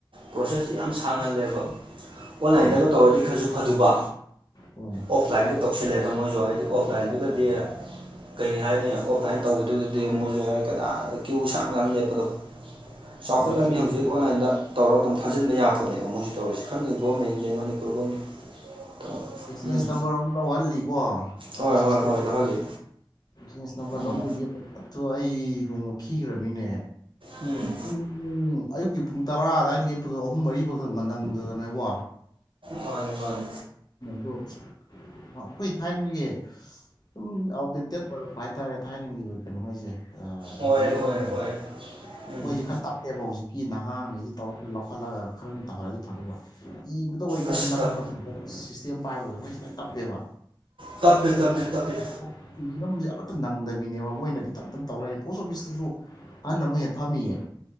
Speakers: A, on the right; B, on the left.
A: ꯄ꯭ꯔꯣꯁꯦꯁ ꯌꯥꯝ ꯁꯥꯡꯍꯜꯂꯦꯕ ꯑꯣꯟꯂꯥꯏꯟꯗꯒ
B: ꯎꯝ
A: ꯇꯧꯔꯗꯤ ꯈꯔꯁꯨ ꯐꯗꯨꯕ
B: ꯍꯣꯏ
A: ꯑꯣꯐꯂꯥꯏꯟꯒ ꯇꯧꯁꯤꯜꯂꯦꯗꯣ ꯃꯣꯏꯖꯨ ꯍꯥꯏꯗꯤ ꯑꯣꯐꯂꯥꯏꯟꯗꯨꯗꯗꯤ ꯀꯩ ꯍꯥꯏꯅꯤ ꯑꯣꯐꯂꯥꯏꯟ ꯇꯧꯕꯗꯨꯗꯗꯤ ꯃꯣꯏꯁꯨ ꯀꯗꯥ ꯀ꯭ꯌꯨ ꯁꯥꯡꯒꯥꯡ ꯂꯦꯞꯄꯗꯣ ꯆꯥꯎꯈꯠꯂꯝꯃꯤ
B: ꯍꯣꯏ ꯑꯦꯛꯆꯦꯟꯖ
A: ꯍꯧꯖꯤꯛ ꯑꯣꯟꯂꯥꯏꯟꯗ ꯇꯧꯔ ꯑꯗꯨꯝ ꯊꯥꯖꯤꯟꯕ ꯌꯥꯥꯕꯄꯣꯠꯅꯤ ꯃꯣꯏꯁꯨ ꯇꯧꯔꯤꯁꯤꯦ ꯈꯪꯉꯤ ꯒꯣꯔꯃꯦꯟꯁꯦ ꯃꯅꯤꯄꯨꯔ ꯒꯣꯔꯃꯦꯟ ꯇꯧꯔꯦ
B: ꯑꯦꯛꯆꯦꯟꯁ
A: ꯎꯝ
B: ꯅꯝꯕꯔ ꯑꯃꯨ ꯂꯧꯍꯜꯂꯤꯀꯣ ꯇꯧꯔꯤꯁꯤ
A: ꯍꯣꯏ ꯍꯣꯏ
B: ꯏꯁꯇꯤꯜ
A: ꯍꯣꯏ ꯂꯧꯍꯜꯂꯤ
B: ꯐ꯭ꯔꯦꯟꯁ ꯅꯝꯕꯔ
A: ꯎꯝ
B: ꯂꯧꯕꯩ ꯂꯦꯞꯇꯣ ꯑꯩ ꯅꯣꯡꯃ ꯈꯤꯈ꯭ꯔꯃꯤꯅꯦ
A: ꯎꯝ
B: ꯄꯨꯡ ꯑꯌꯨꯛꯀꯤ ꯄꯨꯡ ꯇꯔꯥ ꯑꯗꯨꯋꯥꯏꯗ ꯂꯦꯞꯄꯗꯣ ꯑꯍꯨꯝ ꯃꯔꯤꯐꯥꯎꯗ ꯅꯪꯗꯗꯅꯦꯕꯣ
A: ꯃꯥꯅꯦ ꯃꯥꯅꯦ
B: ꯗꯣ ꯑꯩꯈꯣꯏ ꯊꯥꯏꯅꯒꯤ ꯁꯨꯝ ꯑꯞꯗꯦꯇꯦꯠ ꯑꯣꯏꯔꯛꯄ ꯍꯥꯏꯇꯥꯔꯦ ꯊꯥꯏꯂꯦꯟꯒꯤ ꯀꯩꯅꯣꯉꯩꯁꯦ ꯑꯦꯝꯄ꯭ꯂꯣꯌꯤꯉꯩꯒꯤ
A: ꯑꯣꯏꯔꯦ ꯑꯣꯏꯔꯦ ꯑꯣꯏꯔꯦ ꯎꯝ
B: ꯃꯣꯏꯁꯤꯦ ꯈꯔ ꯇꯞꯄꯦꯕ ꯍꯧꯖꯤꯛꯀꯤ ꯅꯍꯥꯟꯈꯩꯁꯤ ꯇꯧꯔ ꯈꯔ ꯂꯧꯈꯠꯂꯒ ꯈꯔ ꯇꯧꯍꯜꯂꯑꯗꯤ ꯐꯗꯧꯕ ꯏꯕꯗ ꯑꯣꯏꯒꯦꯅ
A: ꯑꯁ
B: ꯅꯝꯕ
A: ꯇꯞ
B: ꯁꯤꯁꯇꯦꯝ ꯄꯥꯏꯕ ꯑꯣꯏꯕ ꯃꯣꯏꯁꯨꯦ ꯂꯣꯏꯅ ꯇꯞꯄꯦꯕ
A: ꯇꯞꯦ
B: ꯑꯗꯨꯅ
A: ꯇꯞꯄꯤ ꯇꯄꯤꯦ
B: ꯊꯕꯛꯀꯤ ꯍꯤꯔꯝꯁꯦ ꯑꯃꯠꯇ ꯅꯪꯗꯕꯤꯅꯦꯕ ꯃꯣꯏꯅꯗꯤ ꯇꯞ ꯇꯞ ꯇꯧꯔꯛꯏꯅꯤ ꯄꯣꯁ ꯑꯣꯐꯤꯁꯇꯁꯨ ꯑꯍꯟ ꯑꯃ ꯍꯦꯛꯇ ꯐꯝꯃꯤꯌꯦꯣ